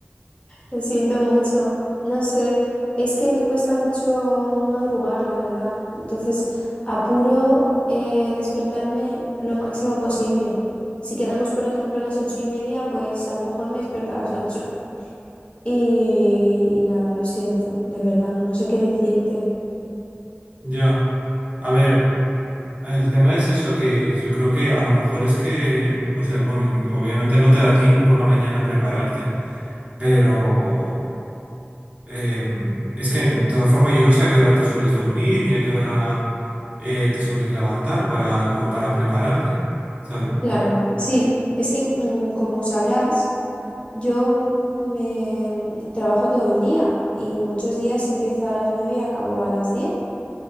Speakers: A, on the left (about 25°); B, on the right (about 35°).
A: lo siento mucho. No sé, es que me cuesta mucho madrugar, la verdad. Entonces, apuro eh, despertarme lo máximo posible. Si quedamos, por ejemplo, a las ocho y media, pues a lo mejor me despierto a las ocho. <laughs> Y, y nada, lo siento, de verdad, no sé qué decirte.
B: Ya. A ver, el tema es eso, que yo creo que a lo mejor es que, o sea, bueno, obviamente no te da tiempo por la mañana a prepararte. Pero Em, es que, de todas formas, yo no sé a qué hora te sueles dormir ni a qué hora eh, te sueles levantar para, como para prepararte, ¿sabes?
A: Claro, sí, es que mm, como sabrás, yo me trabajo todo el día y muchos días empiezo a las nueve y acabo a las diez.